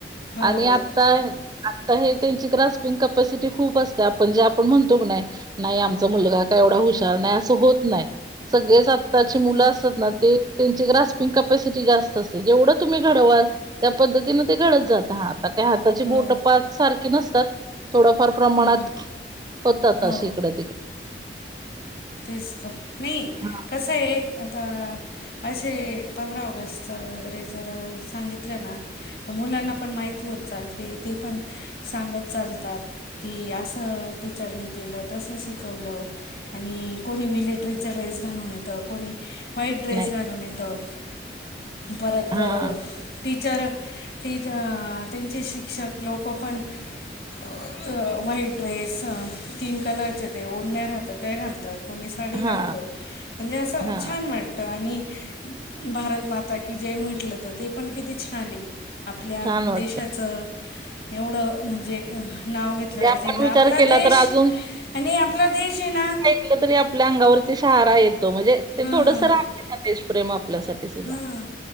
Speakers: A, on the left; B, on the right.
A: हो
B: आणि आता आता हे त्यांची ग्रास्पिंग कॅपॅसिटी खूप असते आपण जे आपण म्हणतो क नाही,, नाही आमचा मुलगा काय एवढा हुशार नाही, असं होत नाही, सगळेच आताचे मुलं
A: हं
B: असतात ना ते, त्यांची ग्रस्पिंग कप सिटी जास्त असते, जेवढं तुम्ही घडवाल त्या पद्धतीने ते घडत जातं, आता काय हाताची
A: हो
B: बोट पाच सारखी नसतात. थोडफार प्रमाणात,
A: हां
B: होतात
A: हो
B: अशी इकडं तिकडं.
A: तेच तर, नाई
B: हा
A: कसंय आता, असे पंधरा ऑगस्टच वगैरे जर सांगितलं ना, तर मुलांना पण माहिती होत चालते, ती पण सांगत चालतात, की असं टीचरनी केलं, तसं शिकवलं, आणि कोणी मिलिटरीच ड्रेस घालून येतं, कोणी व्हाईट ड्रेस
B: नाही
A: घालून येतं, परत
B: हा
A: टीचर, टी ज त्यांचे शिक्षक लोकं पण व्हाईट ड्रेस, तीन कलरचे ते ओढण्या राहतात त्या घालतात. कोणी साडी
B: हा
A: घालतं, म्हणजे असं
B: हा
A: छान वाट ट, आणि भारतमाता कि जय म्हटलं, तर ते पण किती छान आहे. आपल्या
B: छान वाट
A: देशाचं, एवढं म्हणजे नाव घेतलं
B: म्हणजे
A: पाहिजे
B: आपण
A: ना,
B: विचार
A: आपला
B: केला
A: देश,
B: तर अजून
A: आणि आपला देश ए ना
B: म्हटलं तरी आपल्या अंगावरती शहारा येतो, म्हणजे ते
A: हां
B: थोडसं राहते ना देशप्रेम आपल्यासाठी सुद्धा.
A: हां